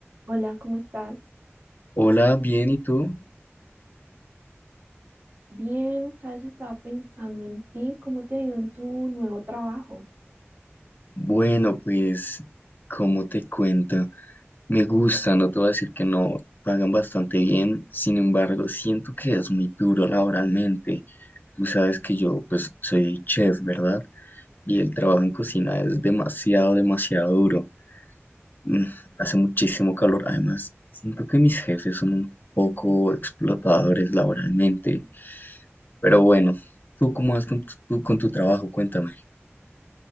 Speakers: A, on the right; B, on the left.
A: Hola, ¿cómo estás?
B: Hola, bien, ¿y tú?
A: Bien, sabes, estaba pensando en ti, ¿cómo te ha ido en tu nuevo trabajo?
B: Bueno, pues, como te cuento? Me gusta, no te voy a decir que no, pagan bastante bien, sin embargo, siento que es muy duro laboralmente. Tú sabes que yo, pues, soy chef, ¿verdad? Y el trabajo en cocina es demasiado, demasiado duro. Mm, Hace muchísimo calor, además, siento que mis jefes son un poco explotadores laboralmente. Pero bueno, ¿tú cómo vas con tu, tú con tu trabajo? Cuéntame.